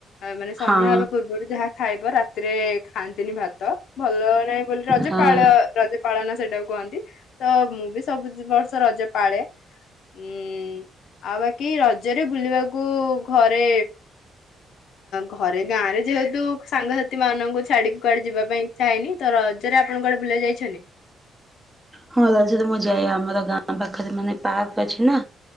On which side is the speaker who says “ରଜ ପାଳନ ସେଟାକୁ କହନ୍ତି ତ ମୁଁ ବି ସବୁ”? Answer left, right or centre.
Left